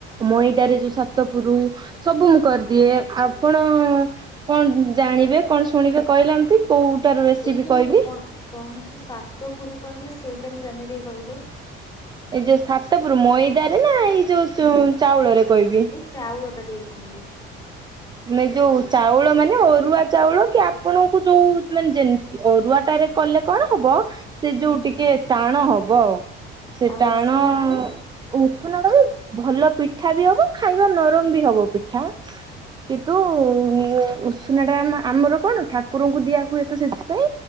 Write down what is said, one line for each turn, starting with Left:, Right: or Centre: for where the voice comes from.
Right: ମଇଦାରେ ଯୋଉ ସାତ ପୁର ସବୁ ମୁଁ କରିଦିଏ ଆପଣ କଣ ଜାଣିବେ କଣ ଶୁଣିବେ କହିଲାନ୍ତି କୋଉଟା ର ରେସିପି
Left: ଏଇ ଯୋଉ
Right: କହିବି
Left: କ କଣ ସେ ସାତପୁର କହିଲେ ସେଇଟା ମୁଁ ଜାଣିନି ଟିକେ କହିଲେ
Right: ଏଇ ଯୋଉ ସାତପୁରୁ ମଇଦା ରେ ନା ଏଇ ଯୋଉ ଚାଉଳରେ କହିବି
Left: ଏଇ ଚାଉଳ ଟା ଟିକେ କୁହନ୍ତୁ
Right: ମେ ଯୋଉ ଚାଉଳ ମାନେ ଅରୁଆ ଚାଉଳ କି ଆପଣଙ୍କୁ ଯୋଉ ମାନେ ଯେ ଅରୁଆ ଟାରେ କଲେ କଣ ହବ ସେ
Left: ହୁଁ
Right: ଯୋଉ ଟିକେ ଟାଣ ହବ ସେ
Left: ଆଉ
Right: ଟାଣ
Left: ଉଷୁନା ଟାରେ
Right: ଉଷୁନା କଲେ ଭଲ ପିଠା ବି ହବ ଖାଇବା ନରମ ବି ହବ ପିଠା କିନ୍ତୁ ଉ ଉସୁନା ଟା ଆମ ଆମର କଣ ଠାକୁରଙ୍କୁ ଦିଆ ହୁଏ ତ ସେଥିପାଇଁ